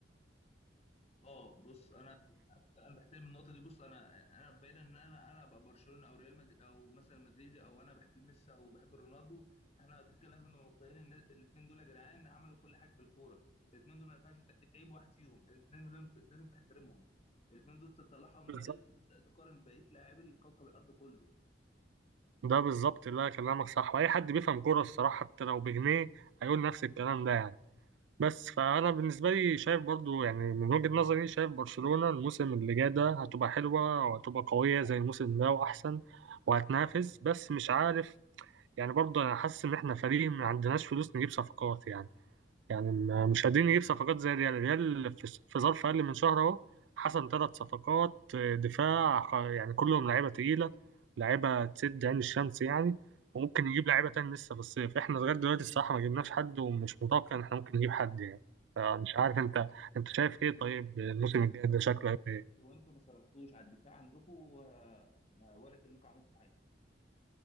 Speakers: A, on the left; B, on the right.
A: اه بص انا انا بحترم النقطه دي بص انا انا بين ان انا انا ابقى برشلونه او ريال مدريد او مثلا مدريدي او انا بحب ميسي او بحب رونالدو احنا كده كده لازم نبقى مقتنعين ان الاثنين دول يا جدعان عملوا كل حاجه بالكوره الاثنين دول ما ينفعش تع- تعيب واحد فيهم الاثنين دول لازم لازم تحترمهم الاثنين دول تطلعهم من
B: بس
A: المريخ وتبدا تقارن بقيه لاعبي الكوكب الارض كله
B: ده بالظبط اللي كلامك صح واي حد بيفهم كوره الصراحه حتى لو بجنيه هيقول نفس الكلام ده يعني بس فانا بالنسبه لي شايف برضو يعني من وجهه نظري شايف برشلونه الموسم اللي جاي ده هتبقى حلوه وهتبقى قويه زي الموسم ده واحسن وهتنافس بس مش عارف يعني برضو انا حاسس ان احنا فريق ما عندناش فلوس نجيب صفقات يعني يعني ما- مش قادرين نجيب صفقات زي الريال الريال في في ظرف أقل من شهر أهو حصل ثلاث صفقات آه، دفاع خ- يعني كلهم لعيبة تقيلة لعيبة تسد عين الشمس يعني وممكن يجيب لعيبة تاني لسه في الصيف احنا لغاية دلوقتي الصراحة ما جبناش حد ومش متوقع إن احنا ممكن نجيب حد يعني فمش عارف أنت أنت شايف إيه طيب الموسم الجاي ده شكله هيبقى إيه؟
A: لو انتم ما صرفتوش على الدفاع عندكم آه، ما- ولا كأنكم عملتوا حاجه